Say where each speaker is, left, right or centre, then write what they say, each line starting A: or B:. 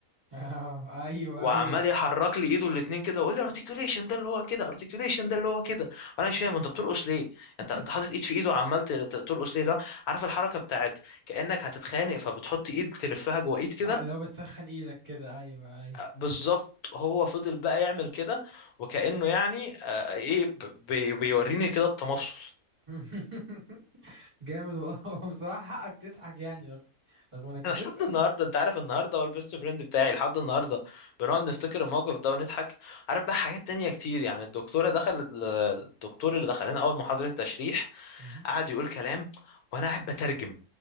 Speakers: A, on the right; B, on the left.
A: <laughs> آه ايوه
B: وعمال
A: ايوه
B: يحرك لي ايده الاتنين كده ويقول لي ارتكيوليشن ده اللي هو كده ارتكيوليشن ده اللي هو كده انا مش فاهم انت بترقص ليه
A: <laughs>
B: انت انت حاطط ايد في ايده وعمال ت- ت- ترقص ليه لا عارف الحركه بتاعت كانك هتتخانق فبتحط ايد تلفها جوه ايد كده
A: اه لو بتسخن ايدك كده ايوه ايوه
B: بالظبط هو فضل بقى يعمل كده وكانه يعني آه، ايه ب- بي- بيوريني كده التمفصل
A: <laughs> جامد والله <laughs> بصراحة حقك تضحك يعني رغ- رغم انك بتسأل
B: انا لحد النهارده انت عارف النهارده هو البيست فريند بتاعي لحد النهارده بنقعد نفتكر الموقف ده ونضحك عارف بقى حاجات تانية كتير يعني الدكتوره دخلت الدكتور اللي دخل لنا اول محاضره تشريح
A: مهم.
B: قعد يقول كلام وانا قاعد بترجم